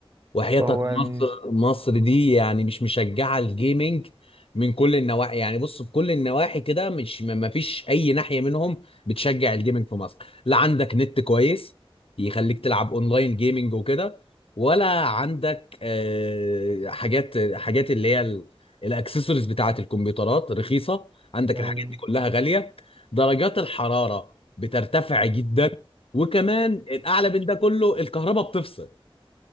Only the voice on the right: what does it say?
فهو
يعني
يعني